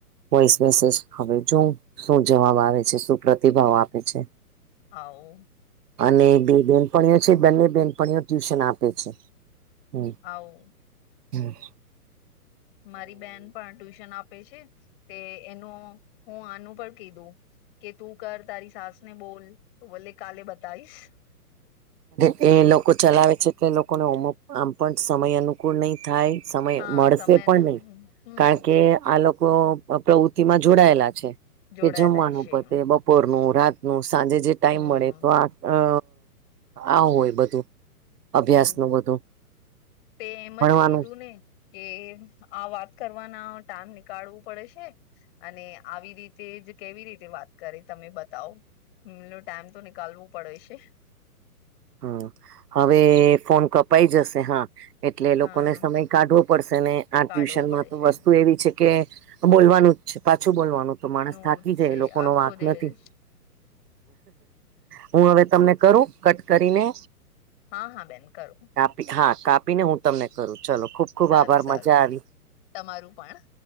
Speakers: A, on the right; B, on the left.
A: વોઇસ મેસેજ હવે જોવ શું જવાબ આવે છે શું પ્રતિભાવ આપે છ
B: હ ઉ
A: અને બેય બેનપણીઓ છે બંને બેનપણીઓ ટ્યુશન આપે છે હમ્મ
B: હા ઉ
A: હમ્મ
B: મારી બેન પણ ટ્યુશન આપે છે તે એનું હું આનું પણ કીધું કે તું કર તારી સાસને બોલ તો બોલે કાલે બતાઈશ
A: એ લોકો ચલાવે છે કે એ લોકોને અમુક આમ પણ સમય અમુક કુ નહી થાય સમય
B: હા
A: મળશે
B: સમય
A: પણ
B: ના
A: નહી
B: હમ
A: કારણ કે આ લોકો પ્રવૃત્તિ માં જોડાયેલા છે
B: જોડાયેલા
A: કે જમવાનું
B: છે
A: પતે બપ પોરનું રાતનું સાંજે જે ટાઈમ
B: હમ
A: મળે તો આ અ આ હોય બધું અભ્યાસ
B: હમ્મ
A: નું બધું
B: તે એમ
A: ભણવાનું
B: જ કીધું ને કે આ વાત કરવાના ટાઈમ નીકાળવું પડે છે અને આવી રીતે જ કેવી રીતે વાત કરે તમે બતાવો હમ્મ તો ટાઈમ તો નીકાલવું પડે છે
A: હમ હવે ફોન કપાઈ જશે હા એટલે લોકોને
B: હા
A: સમય કાઢવો પડશે ને આ
B: કાઢવો
A: ટ્યુશનમાં
B: પડે
A: તો
B: છે
A: વસ્તુ એવી છે કે બોલવાનું જ છે પાછું બોલવાનું તો માણસ થાકી
B: જ
A: જાય
B: છે
A: એ લોકો ન
B: આખો
A: વાક
B: દિવસ
A: નથી હું હવે તમને કરું કટ કરીને
B: હા હા બેન કરો
A: કાપી હા કાપીને હું તમને કરું ચલો. ખુબ ખુબ
B: સારું
A: આભાર
B: સારું,
A: મજા આવી
B: તમારું પણ.